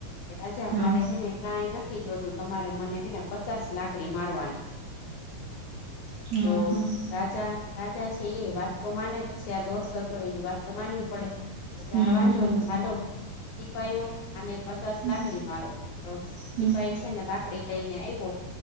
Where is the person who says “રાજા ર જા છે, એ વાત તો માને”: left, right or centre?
Left